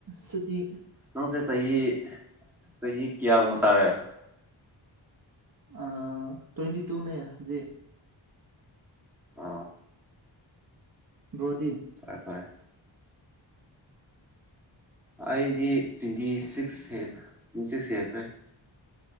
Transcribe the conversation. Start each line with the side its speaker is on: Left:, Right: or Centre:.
Right: ꯁꯨꯇꯤ
Centre: ꯅꯪꯁꯦ ꯆꯍꯤ ꯆꯍꯤ ꯀꯌꯥꯒꯨꯝꯕ ꯇꯥꯔꯦ
Right: ꯑ ꯇ꯭ꯋꯦꯟꯇꯤ ꯇꯨꯅꯦ ꯖꯤ
Centre: ꯑ
Right: ꯕ꯭ꯔꯣꯗꯤ
Centre: ꯇꯔꯦ ꯐꯔꯦ ꯑꯩꯗꯤ ꯇ꯭ꯋꯦꯟꯇꯤ ꯁꯤꯛꯁ ꯍ ꯇ꯭ꯋꯦꯟꯇꯤ ꯁꯤꯛꯁ ꯍꯦꯛꯇ꯭ꯔꯦ